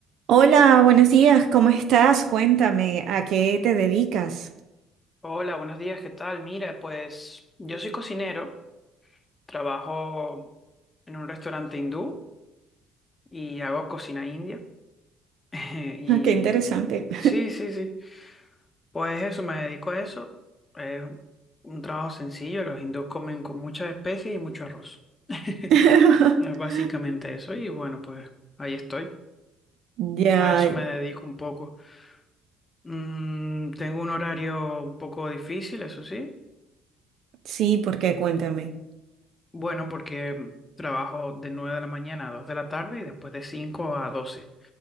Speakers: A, on the right; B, on the left.
A: Hola, buenos días, ¿cómo estás? Cuéntame, ¿a qué te dedicas?
B: Hola, buenos días, ¿qué tal? Mira, pues yo soy cocinero, trabajo en un restaurante hindú y hago cocina india. <laughs> Y
A: Ah, qué interesante.
B: mm, sí, sí, sí, pues eso, me dedico a eso. Es un trabajo sencillo, los hindús comen con muchas especies y mucho arroz. <laughs>
A: <laughs>
B: Es básicamente eso y bueno, pues ahí estoy.
A: Ya,
B: A eso me dedico un poco. Mm, tengo un horario un poco difícil, eso sí.
A: sí, porque cuéntame.
B: Bueno, porque mm, trabajo de 9 de la mañana a 2 de la tarde y después de 5 a 12